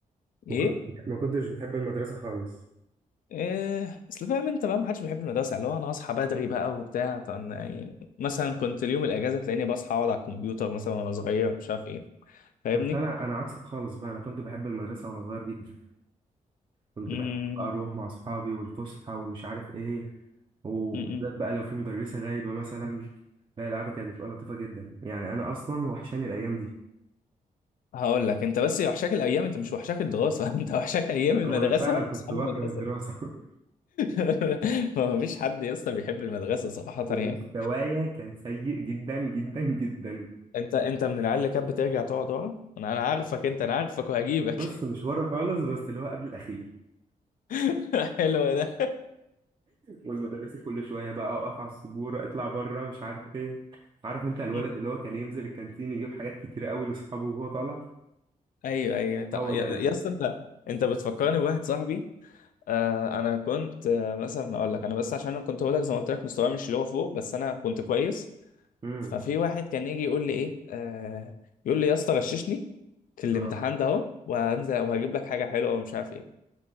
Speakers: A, on the left; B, on the right.
A: ايه
B: ما كنتش ما كنتش بتحب المدرسة خالص
A: إيه اصل فاهم انت بقى محدش بيحب المدرسه اللي هو انا هصحى بدري بقى وبتاع طب أنا يعني مثلا كنت اليوم الاجازه تلاقيني بصحى اقعد على الكمبيوتر مثلا وانا صغير مش عارف ايه فاهمني
B: بس أنا أنا عكسك خالص بقى أنا كنت بحب المدرسة وأنا صغير جدا كنت
A: امم
B: بحب بقى أروح مع أصحابي والفسحة ومش عارف إيه وبالذات
A: امم
B: بقى لو في مدرسة غايبة مثلا لا القعدة كانت بتبقى لطيفة جدا يعني أنا أصلا وحشاني الأيام دي
A: هقول لك انت بس وحشاك الايام انت مش وحشاك الدراسه <laughs> انت وحشاك ايام المدرسه
B: هو أنا فعلا كنت
A: واصحاب
B: بكره
A: المدرسه
B: الدراسة <laughs>
A: <laughs> ما فيش حد يا اسطى بيحب المدرسه صراحه
B: ومستوايا
A: يعني
B: كان سيء جدا جدا جدا
A: انت انت من العيال اللي كانت بترجع تقعد ورا انا انا عارفك انت انا عارفك وهجيبك
B: بص مش ورا خالص بس اللي هو قبل الأخير
A: <laughs> حلو ده
B: والمدرسة كل شوية بقى أقف على السبورة اطلع بره مش عارف إيه عارف أنت الولد
A: آه.
B: اللي هو كان ينزل الكانتين يجيب حاجات كتيرة قوي لأصحابه وهو طالع
A: ايوه ايوه تع-
B: هو
A: يا
B: ده
A: يا
B: أنا
A: اسطى انت انت بتفكرني بواحد صاحبي آه انا كنت آه مثلا اقول لك انا بس عشان انا كنت اقول لك زي ما قلت لك مستواي مش اللي هو فوق بس انا كنت كويس
B: امم
A: ففي واحد كان يجي يقول لي ايه آه يقول لي يا اسطى غششني في الامتحان
B: اه
A: ده اهو وهنزل وهجيب لك حاجه حلوه ومش عارف ايه